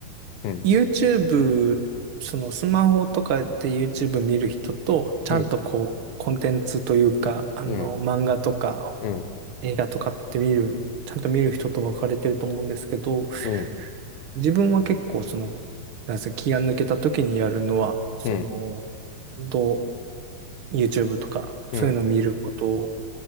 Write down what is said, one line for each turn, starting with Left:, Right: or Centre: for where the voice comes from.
Left: うん、
Right: YouTube、そのスマホとかで YouTube 見る人と、ちゃんとこう、
Left: うん、
Right: コンテンツというか、あの、
Left: うん、
Right: 漫画とか
Left: うん、
Right: 映画とかって見る、ちゃんと見る人と分かれてると思うんですけど、
Left: うん、
Right: 自分は結構その、なんで気が抜けた時にやるのは、その、
Left: うん、
Right: どう YouTube とか、
Left: うん、
Right: そういうのを見ること